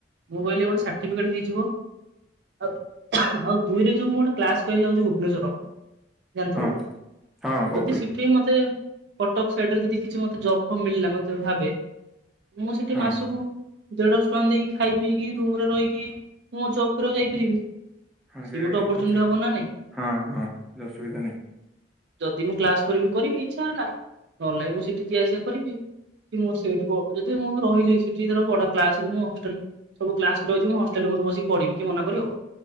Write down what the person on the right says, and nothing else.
ମୋ କହିଲେ ଗୋଟେ ସାର୍ଟିଫିକେଟ୍ ହେଇଯିବ। ଆଉ ଆଉ ଦୁଇରେ ଯୋଉ ମୁଁ ଗୋଟେ କ୍ଲାସ କରିବାକୁ ଯାଉଛି ଭୁବନେଶ୍ଵର ଜାଣିଥିବୁ
ଯଦି ସେଠେଇ ମତେ କଟକ ସାଇଡରେ ଯଦି କିଛି ମତେ ଜବ ଫବ ମିଳିଲା ମତେ ଭାବେ ମୁଁ ସେଠି
ମାସକୁ ଦେଢଶହ ଟଙ୍କା ଦେଇକି ଖାଇ ପିଇକି ରୁମ ରେ ରହିକି ମୁଁ ମୋ ଜବ କରିବାକୁ ଯାଇପାରିବି।
ସିଏ
ଗୋଟେ ଅପରଚୁନିଟି
ହବ ନା ନାଇଁ
ଯଦି ମୁଁ କ୍ଲାସ କରିବି କରିବି ଇଚ୍ଛା ହେଲା ନହେଲେ ମୁଁ ସେଠି ଯିଆ ଆସିବା କରିବି। କି ମୋର ସେଇଠି ଯଦି ମୁଁ ରହିଲି ସେଠି ପଢା କ୍ଲାସରେ ମୁଁ ହଷ୍ଟେ ସବୁ କ୍ଲାସଛିଁ ହଷ୍ଟେଲରେ ମତେ ବିକି ପଢିବି ମନା କରିବ।